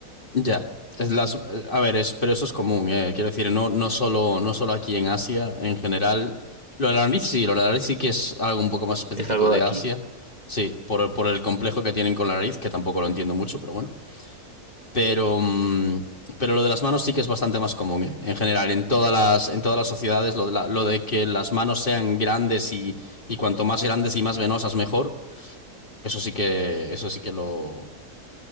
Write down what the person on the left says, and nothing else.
Ya, es las, eh, a ver, es, pero eso es común, eh, Quiero decir, no, no solo, no solo aquí en Asia, en general. Lo de la nariz sí, lo de la nariz sí que es algo un poco más específico
de
Asia. Sí, por, por el complejo que tienen con la nariz, que tampoco lo entiendo mucho, pero bueno. Pero, mm, pero lo de las manos sí que es bastante más común, ¿eh? En general, en todas las, en todas las sociedades, lo de la- lo de que las manos sean grandes y, y cuanto más grandes y más venosas, mejor. Eso sí que, eso sí que lo,